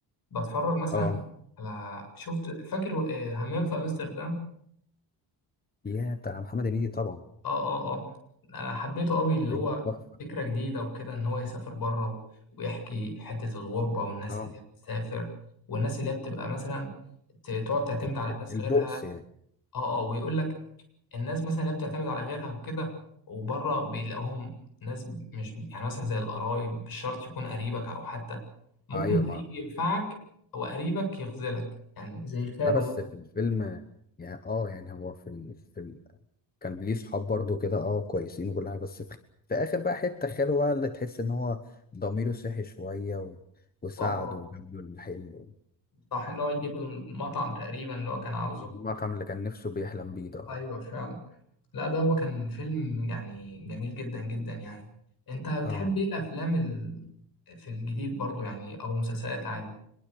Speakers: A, on the left; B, on the left.
A: بتفرج مثلا
B: اه
A: على شفت فاكر آه، همام في امستردام
B: يا بتاع محمد هنيدي طبعا
A: اه اه اه انا حبيته قوي اللي
B: فيلم
A: هو
B: تحفة
A: فكره جديده وكده ان هو يسافر بره و... ويحكي حته الغربه والناس
B: اه
A: اللي هي بتسافر والناس اللي هي بتبقى مثلا ت- تقعد تعتمد
B: ال-
A: على
B: ال-
A: ناس
B: البؤس
A: غيرها
B: يعني
A: اه اه ويقول لك الناس مثلا اللي بتعتمد على غيرها وكده وبره بيلاقوهم ناس مش يعني مثلا زي القرايب مش شرط يكون قريبك او حتى ممكن
B: ايوه
A: غريب
B: ما
A: ينفعك وقريبك يخذلك يعني زي خاله
B: لا بس
A: مثلا
B: في الفيلم يعني اه يعني هو في ال... في ال... كان ليه صحاب برضه كده اه كويسين وكل حاجة بس في... في آخر بقى حتة خاله بقى اللي تحس إن هو ضميره صحي شوية و... وساعده
A: اه اه
B: وجاب له الحلو
A: صح ان هو يجيب المطعم تقريبا اللي هو كان عاوزه
B: المطعم اللي كان نفسه بيحلم بيه ده اه
A: ايوه فعلا لا ده هو كان فيلم يعني جميل جدا جدا يعني انت بتحب
B: آه.
A: ايه الافلام ال... في الجديد برضو يعني او المسلسلات عادي